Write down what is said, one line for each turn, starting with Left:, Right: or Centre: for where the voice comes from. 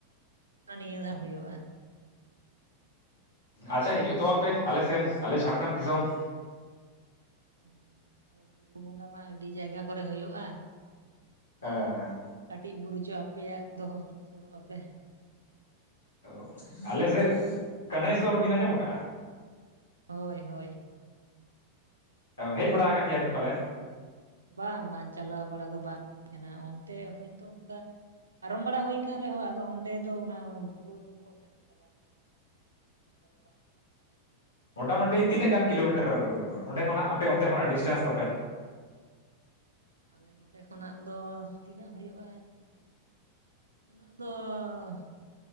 Right: ᱠᱟᱱᱟ ᱱᱤᱭᱟᱹ ᱫᱷᱟᱣ ᱦᱩᱭᱩᱜᱼᱟ
Left: ᱟᱪᱪᱷᱟ ᱦᱤᱡᱩᱜ ᱛᱟᱵᱚᱱ ᱯᱮ ᱟᱞᱮ ᱥᱮᱱ ᱟᱞᱮ ᱡᱷᱟᱲᱠᱷᱚᱸᱰ ᱫᱤᱥᱚᱢ
Right: ᱡᱩᱸ ᱟᱫᱚ ᱵᱩᱨᱩ ᱵᱚᱸᱜᱟ ᱢᱟ ᱟᱹᱰᱤ ᱡᱟᱭᱜᱟ ᱠᱚᱨᱮ ᱦᱳᱭᱳᱜᱼᱟ
Left: ᱦᱮᱸ
Right: ᱠᱟᱹᱴᱤᱡ ᱵᱩᱨᱩᱪᱚ ᱟᱯᱮᱭᱟᱜ ᱫᱚᱦᱚ ᱥᱳᱨᱳᱜ ᱟᱯᱮ
Left: ᱚ ᱟᱞᱮ ᱥᱮᱫ ᱠᱟᱹᱱᱦᱟᱹᱭ ᱥᱚᱦᱚᱨ ᱵᱤᱱ ᱟᱸᱡᱚᱢ ᱠᱟᱜᱼᱟ
Right: ᱦᱳᱭ ᱦᱳᱭ
Left: ᱦᱮᱡ ᱵᱟᱲᱟ ᱦᱟᱠᱟᱱ ᱜᱮᱭᱟᱵᱤᱱ ᱯᱟᱞᱮᱱ
Right: ᱵᱟᱝ ᱵᱟᱝ ᱪᱟᱞᱟᱣ ᱵᱟᱲᱟ ᱫᱚ ᱵᱟᱝ ᱠᱟᱱᱟ ᱚᱱᱛᱮ ᱦᱚᱭᱛᱚ ᱚᱱᱠᱟ ᱯᱟᱨᱚᱢ ᱵᱟᱲᱟ ᱦᱩᱭ ᱠᱟᱱ ᱨᱮᱦᱚᱸ ᱟᱫᱚ ᱚᱸᱰᱮ ᱫᱚ ᱚᱱᱟ ᱵᱩᱨᱩ ᱠᱚ ᱥᱮᱫ ᱫᱚ ᱪᱟᱞᱟᱣ <unintelligible>
Left: ᱢᱚᱴᱟᱢ ᱢᱩᱴᱤ ᱛᱤᱱᱟᱹᱜ ᱜᱟᱱ ᱠᱤᱞᱚ ᱢᱤᱴᱟᱨ ᱚᱸᱰᱮ ᱠᱷᱚᱱᱟᱜ ᱟᱯᱮ ᱚᱱᱛᱮ ᱠᱷᱚᱱᱟᱜ ᱰᱤᱥᱴᱮᱱᱥ ᱛᱟᱯᱮ
Right: ᱟᱞᱮ ᱱᱚᱸᱰᱮ ᱠᱷᱚᱱᱟᱜ ᱫᱚ ᱛᱤᱱᱟᱹᱜ ᱦᱩᱭᱩᱜᱼᱟ <unintelligible>